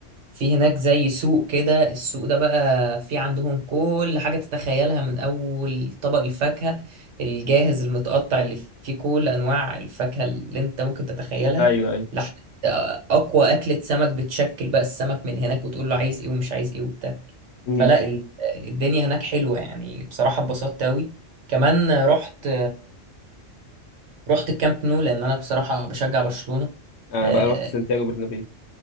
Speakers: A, on the right (about 70°); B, on the left (about 65°).
A: في هناك زي سوق كده السوق ده بقى في عندهم كل حاجة تتخيلها من أول طبق الفاكهة الجاهز المتقطع اللي فيه كل أنواع الفاكهة اللي أنت ممكن تتخيلها
B: ايوه ايوه
A: لحد أقوى أكلة سمك بتشكل بقى السمك من هناك وتقول له عايز إيه ومش عايز إيه وبتاع
B: امم
A: فلا ال- الدنيا هناك حلوة يعني بصراحة اتبسطت أوي كمان رحت رحت الكامب نو لأن أنا بصراحة بشجع برشلونة
B: انا
A: آه،
B: بقى رحت سانتياغو برنابيو